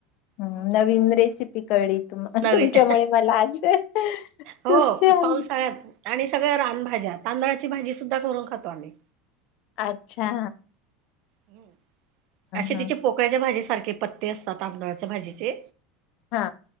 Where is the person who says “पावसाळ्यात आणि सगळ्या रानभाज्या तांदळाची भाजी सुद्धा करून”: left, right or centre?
Right